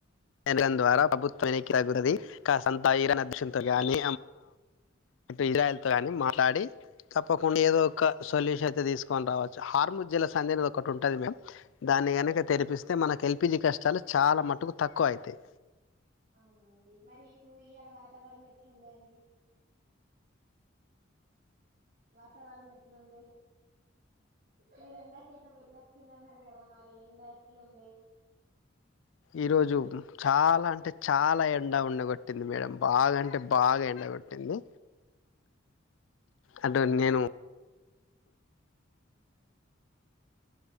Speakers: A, on the left; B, on the right.
A: చేయడం ద్వారా ప్రభుత్వం వెనక్కి తగ్గాతది కసంత ఐరన్ అదృష్టంతో గాని ఇజ్రాయిల్ తో గాని మాట్లాడి తప్పకుండా ఏదో ఒక సొల్యూషన్ అయితే తీసుకొని రావచ్చు హా జల్లా <unintelligible> ఒకటి ఉంటది మ్యామ్ దాన్ని కనుక తెరిపిస్తే మనకి హెల్ప్ ఎల్ పి జి కష్టాలు చాలా మటుకు తక్కువ అయితాయ్
B: అవునా అండి మరి ఇప్పుడు ఇయాల వాతావరణం ఎట్లా ఉండే అండి వాతావరం ఎట్లుండే మీరు ఎండాకటా వెళ్ళొచ్చింది అన్నారు కదా మరి ఎండా ఎట్లుంది
A: ఈరోజు చాలా అంటే చాలా ఎండ ఉండ గొట్టింది మేడం బాగాంటే బాగా ఎండగొట్టింది అటు నేను